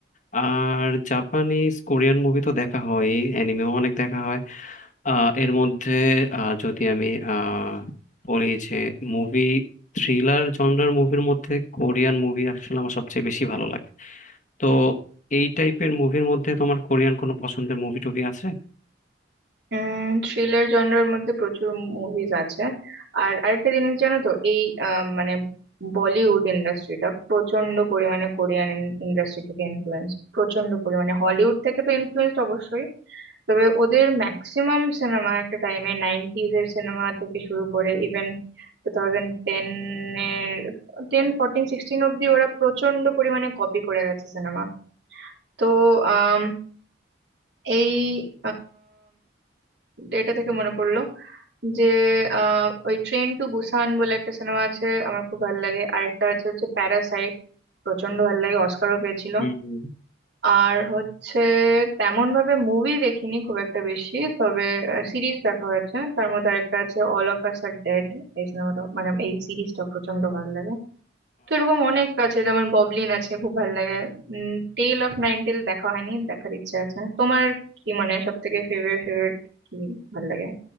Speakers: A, on the left (about 40°); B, on the right (about 65°).
A: আর জাপানিজ কোরিয়ান মুভি তো দেখা হয় অ্যানিমেও অনেক দেখা হয় আহ, এর মধ্যে আহ, যদি আমি আহ, বলি যে মুভি থ্রিলার জনরার মুভির মধ্যে কোরিয়ান মুভি আসলে আমার সবচেয়ে বেশি ভালো লাগে তো এই টাইপের মুভির মধ্যে তোমার কোরিয়ান কোনো পছন্দের মুভি টুভি আছে
B: উম থ্রিলার জনরার মধ্যে প্রচুর মুভিজ আছে আর আরেকটা জিনিস জানো তো এই আহ, মানে বলিউড ইন্ডাস্ট্রিটা প্রচন্ড পরিমাণে কোরিয়ান ইন্ডাস্ট্রি থেকে ইনফ্লুয়েন্স প্রচন্ড পরিমাণে হলিউড থেকে তো ইনফ্লুয়েন্স অবশ্যই তবে ওদের ম্যাক্সিমাম সিনেমা একটা টাইমে নাইনটিজ এর সিনেমা থেকে শুরু করে ইভেন টু থাউজেন্ড টেন এর টেন ফোরটিন সিক্সটিন অব্দি ওরা প্রচন্ড পরিমাণে কপি করে গেছে সিনেমা তো আম, এই এটা থেকে মনে পড়লো যে আহ ওই ট্রেন টু বুসান বলে একটা সিনেমা আছে আমার খুব ভালো লাগে আরেকটা আছে হচ্ছে প্যারাসাইট প্রচন্ড ভালো লাগে অস্কারও পেয়েছিল
A: হুম হুম।
B: আর হচ্ছে তেমন ভাবে মুভি দেখিনি খুব একটা বেশি তবে সিরিজ দেখা হয়েছে তার মধ্যে আরেকটা আছে all of us are dead এই সিনেমাটা মানে এই সিরিজটা প্রচন্ড ভালো লাগে তো এরকম অনেক আছে যেমন ববলিন আছে খুব ভালো লাগে উম টেল অফ নাইন টেল দেখা হয়নি দেখার ইচ্ছা আছে তোমার কি মানে সব থেকে ফেভারিট ফেভারিট কি ভালো লাগে